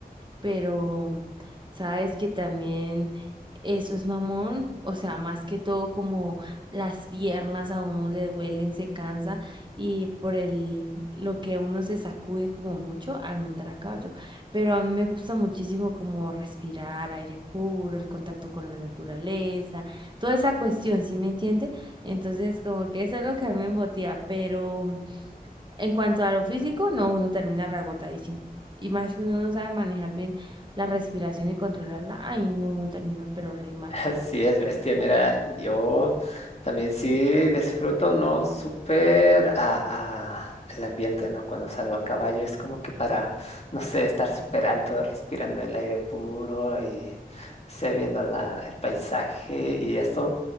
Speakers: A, on the right; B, on the left.
A: Pero sabes que también eso es mamón, o sea, más que todo como las piernas a uno le duelen, se cansa y por el lo que uno se sacude como mucho al montar a caballo pero a mí me gusta muchísimo como respirar aire puro, el contacto con la naturaleza, toda esa cuestión, ¿sí me entiende? Entonces, como que eso es lo que a mí me motiva, pero en cuanto a lo físico, no, uno termina reagotadísimo. Y más si uno no sabe manejar bien la respiración y controlarla, ay, no, uno termina pero re mal.
B: <laughs> Sí, es bestia. Mira, yo también sí disfruto, ¿no? Súper a, a el ambiente, ¿no? Cuando salgo a caballo es como que para, no sé, estar súper alto, respirando el aire puro y, no sé, viendo la, el paisaje y eso.